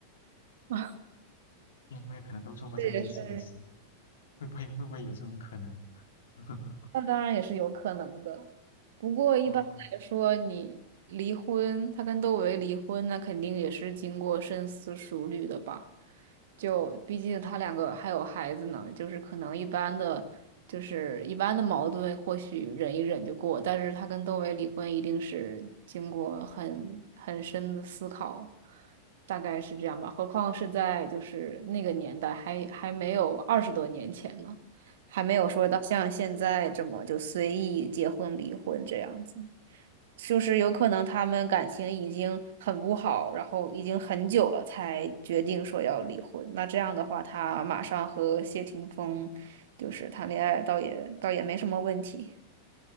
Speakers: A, on the right; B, on the left.
A: 啊，
B: 因为可能都做过这个类似的事。
A: 这也是。
B: 会不会会不会有这种可能？<laughs>
A: 那当然也是有可能的，不过一般来说，
B: 哦，
A: 你离婚，他跟窦唯离婚，那肯定也是经过深思熟虑的吧？就毕竟他两个还有孩子呢，就是可能一般的，就是一般的矛盾，或许忍一忍就过，但是他跟窦唯离婚，一定是经过很很深的思考，大概是这样吧。何况是在就是那个年代还还没有二十多年前呢。还没有说到像现在这么就随意结婚离婚这样子，就是有可能他们感情已经很不好，然后已经很久了才决定说要离婚。那这样的话，他马上和谢霆锋就是谈恋爱，倒也倒也没什么问题。